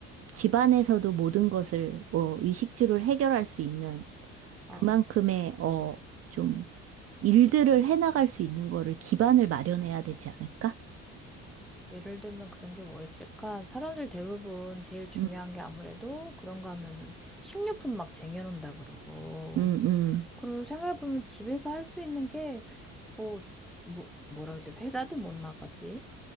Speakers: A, on the right; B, in the centre.
A: 집안에서도 모든 것을 어, 의식주를 해결할 수 있는
B: 아,
A: 그만큼의 어, 좀 일들을 해나갈 수 있는 거를 기반을 마련해야 되지 않을까?
B: 예를 들면 그런 게 뭐 있을까? 사람들 대부분 제일 중요한
A: 음,
B: 게 아무래도 그런 거 하면은 식료품 막 쟁여놓는다 그러고.
A: 음, 음,
B: 그리고 생각해보면 집에서 할 수 있는 게 뭐, 뭐, 뭐라 그럴 때 회사도 못 나가지.